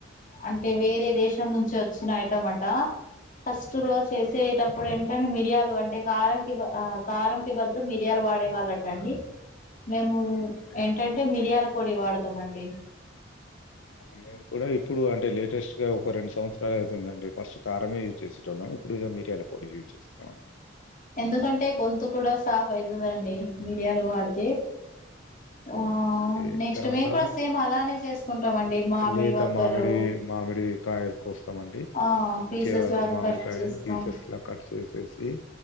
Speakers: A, on the left; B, on the left.
A: అంటే వేరే దేశం నుంచి వచ్చిన ఐటమట ఫస్తులు
B: ఉమ్,
A: చేసేటప్పుడం రొండు మిరియాలు అంటే కాల కి బ కారం క బదులు మిరియాలు వాడే వాళ్ళట అండి మేము
B: అవునండి
A: ఏంటంటే మిరియాల పొడి వాడుతమండి
B: మేము కూడా ఇప్పుడు అంటే లేటెస్ట్గా ఒక రెండు సంవత్సరాలు అవుతుందండి ఫస్ట్ కారమే యూజ్ చేసేట ఉన్నాం ఇప్పుడు ఇక మీరియల పొడి యూజ్ చేస్తామని
A: ఎందుకంటే గొంతు కూడా సాఫవుతుందండి
B: అవును,
A: మీరియాలు వాడితే ఆ
B: అవునండి
A: నెక్స్ట్
B: తర్వాత
A: మేము కూడా సేమ్ అలానే చేసుకుంటామండి మామిడి
B: లేత
A: వక్కలు
B: మామిడి మామిడి కాయ కోస్తామండి
A: ఆ
B: మంచిగా
A: పీసెస్ లాగా
B: మామిడికాయ
A: కట్ చేస్తాం
B: పీసెస్ లా కట్ చేసేసి